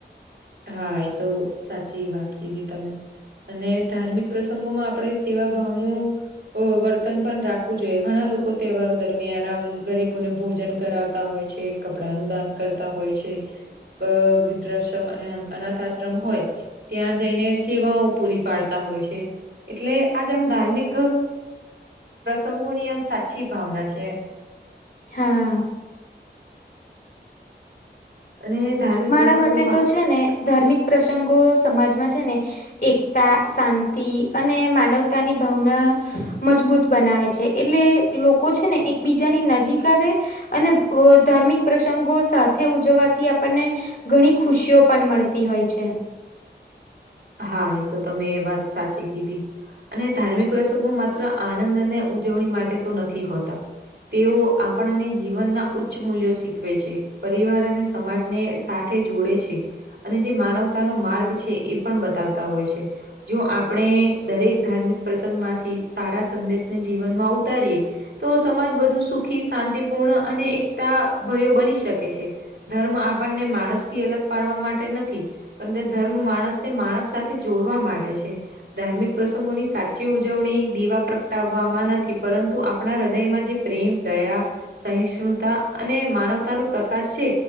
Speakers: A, on the right; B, on the left.
A: હા એ તો સાચી વાત કીધી તમે. અને ધાર્મિક પ્રસંગોમાં આપણે સેવા ભાવનું વો વર્તન પણ રાખવું જોઈએ ઘણા લોકો તહેવારો દરમિયાન આમ ગરીબોને ભોજન કરાવતા હોય છે. તે કપડા નું દાન કરતા હોય છે બા <unintelligible> દ્ધ અને અનાથ આશ્રમ હોય ત્યાં જઈને સેવાઓ પૂરી પાડતા હોય છે. એટલે આજ આમ ધાર્મિક પ્રસંગોની આમ સાચી ભાવના છે.
B: હા.
A: અને ધાર્મિક
B: મારા
A: પ્રસંગોમાં
B: મતે તો છે ને ધાર્મિક પ્રસંગો સમાજમાં છે ને એકતા શાંતિ અને માનવતાની ભાવના મજબૂત બનાવે છે. એટલે લોકો છે ને એક બીજાની નજીક આવે અને ધાર્મિક પ્રસંગો સાથે ઉજવવાથી અપ બી આપણને ઘણી ખુશીઓ પણ મળતી હોય છે.
A: હા એ તો તમે એ વાત સાચી કીધી. અને ધાર્મિક પ્રસંગો માત્ર આનંદ અને ઉજવણી માટે તો નથી હોતા. તેઓ આપણને જીવનના ઉચ્ચ મૂલ્યો શીખ શીખવે છે પરિવાર અને સમાજને સાથે જોડે છે. અને જે માનવતાનો માર્ગ છે એ પણ બતાવતા હોય છે. જો આપણે દરેક ધાર્મિક પ્રસંગ માંથી સારા સંદેશને જીવનમાં ઉતારીએ તો સમાજ બધુ સુખી શાંતિપૂર્ણ અને એકતા ભર્યો બની શકે છે. ધર્મ આપણને માણસ થી અલગ પાડવા માટે નથી પર ધર્મ માણસ તે માણસ સાથે જોડવા માટે છે. ધાર્મિક પ્રસંગોની સાચી ઉજવણી દીવા પ્રગટાવવામાં નથી પરંતુ આપણા હૃદયમાં જે પ્રેમ દયા સહિષ્ણુતા અને માનવતા ન પ્રકાશ છે